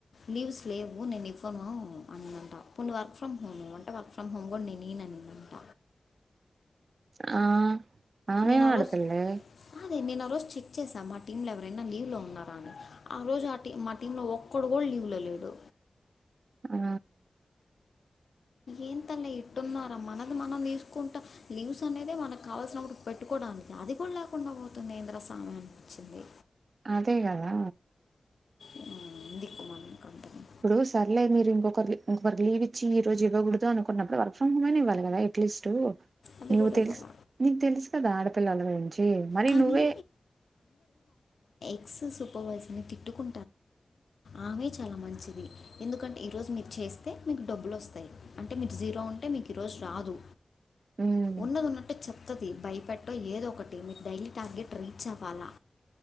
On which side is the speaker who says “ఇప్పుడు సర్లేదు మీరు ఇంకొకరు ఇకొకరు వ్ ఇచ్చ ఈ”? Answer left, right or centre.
Right